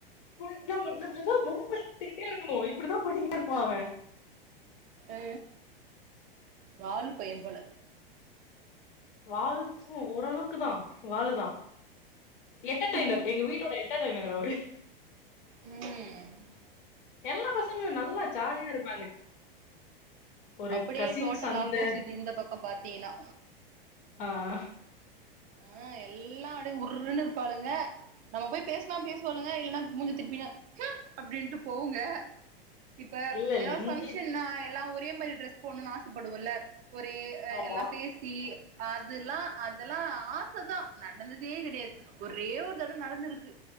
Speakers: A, on the left; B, on the right.
A: ஃபுல் நம் நம்பளதா வம்பிழுத்துக்கிட்டே இருக்கணு இப்டிதா பண்ணிக்கிட்ருப்பா அவே
B: ஆ வால் பைய போல
A: வாலு பு ஓரளவுக்கு தா வாலு தா என்டடெய்னர்
B: ம்
A: எங்க வீட்டோட என்டடெய்னர் அவரு
B: ம்
A: எல்லா பசங்களு நல்லா ஜாலியா இருப்பாங்க ஒரு
B: அப்டியே
A: கசின்
B: டோட்டல்
A: சண்ட
B: ஆப்போசிட் இந்த பக்கம் பாத்தீங்கனா
A: ஆ ஆ
B: ஆ எல்லா அப்டியே உர்ன்னு இருப்பாளுங்க நம்ம போய் பேசனா பேசுவாலுங்க இல்லனா மூஞ்ச திருப்பினு ம் அப்டின்ட்டு போவுங்க இப்ப
A: இல்ல
B: ஏதா
A: இல்ல
B: ஒரு
A: இங்க
B: ஃபங்க்ஷன்னா எல்லா ஒரே மாரி ட்ரெஸ் போட்னுன் ஆசப் படுவல்ல ஒரே அ
A: ஆமா
B: எல்லா பேசி அதுல்லா அதெல்லா ஆ ச தா நடந்ததே கெடையாது ஒரே ஒரு தடவ நடந்திருக்கு